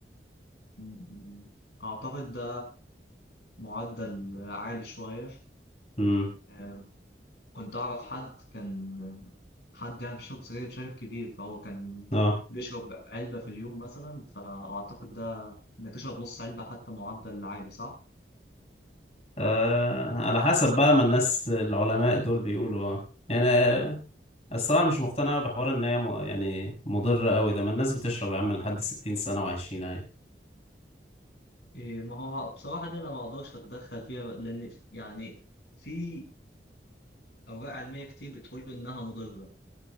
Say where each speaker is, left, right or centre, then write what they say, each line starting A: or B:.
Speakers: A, on the left; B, on the left.
A: م- م- اعتقد ده معدل عالي شوية
B: امم
A: آه، كنت اعرف حد كان حد يعني بيشرب سجاير بشكل كبير فهو كان
B: اه
A: بيشرب علبة في اليوم مثلا فاعتقد ده انك تشرب نص علبة حتى معدل عالي صح؟
B: آه، على حسب بقى ما الناس العلماء دول بيقولوا اه يعني آه، الصراحة مش مقتنع أوي بحوار ان هي م- يعني مضرة قوي ده ما الناس بتشرب يا عم لحد 60 سنة وعايشين عادي
A: إيه، ما هو بصراحة دي أنا ما أقدرش أتدخل فيها لأن يعني في أوراق علمية كتير بتقول إنها مضرة